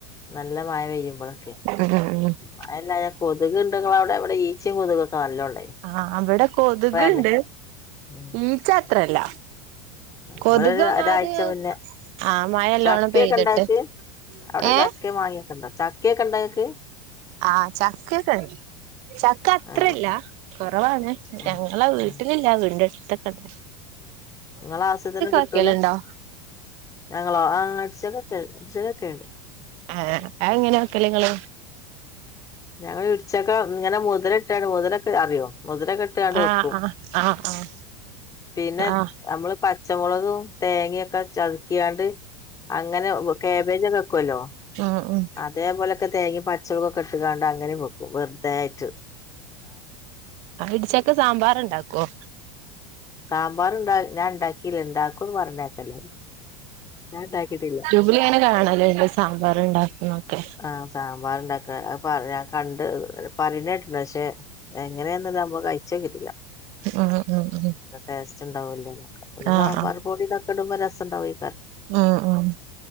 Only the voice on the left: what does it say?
നല്ല മഴ പെയ്യുമ്പള്
മഴ ഇല്ലാഞ്ഞ കൊതുക് ഇണ്ടോ ഇങ്ങളെ അവ്ടെ ഇവടെ ഈച്ചിം കൊതുകോക്കെ നല്ലോണ്ടായിനി.
ഇപ്പഴാണ് ഉം
ഇവിടെ ഒരു ഒരാഴ്ച മുന്നേ
ചക്കയൊക്കെ
ഇണ്ടാ ഇങ്ങക്ക് അവിടെ
ചക്ക മാങ്ങിക്കെണ്ടോ ചക്കക്കെണ്ടോങ്ങക്ക്
ആഹ്
ആഹ്
ആഹ്
നിങ്ങള ആവശ്യത്തിന് കിട്ടൂല
ഞങ്ങളോ ആ അടിച്ചക്ക ഒക്കെ അടിച്ചക്ക ഒക്കെയുണ്ട്
ഞങ്ങൾ ഇടിച്ചക്ക ഇങ്ങനെ മുതല ഇട്ടാണ് മുതലൊക്കെ അറിയോ മുതിര ക്കട്ട്കാണ്ട്
വെക്കും
പിന്ന
നമ്മള് പച്ചമുളകും തേങ്ങയൊക്കെ ചതച്ച്കാണ്ട് അങ്ങനെ വെക് കാബേജ് വെക്കുവല്ലോ
അതേപോലെക്കെ തേങ്ങി പച്ചളക്കൊക്കെ ഇട്ട്കാണ്ട് അങ്ങനെ വെക്കും വറുതായിട്ട്
സാമ്പാറുണ്ട ഞാൻ ഉണ്ടാക്കിയില്ല ഇണ്ടാക്കുംന്ന് പറഞ്ഞാരുന്നല്ലോ ഞാൻ ഉണ്ടാക്കിട്ടില്ല.
ആഹ് സാമ്പാറുണ്ടാക്ക അ പറ ഞാൻ കണ്ട് അന്നരം പറയണേട്ടിട്ടുണ്ട് പക്ഷെ എങ്ങനെയൊന്നുംല്ല നമ്മള് കഴിച്ചോക്കിട്ടില്ല
ടേസ്റ്റ് ഉണ്ടാവൂല്ലേന്ന് നോക്കാം പിന്നെ
സാമ്പാർ
പൊടി ഇതൊക്കെ ഇടുമ്പോ രസൊണ്ടാവെ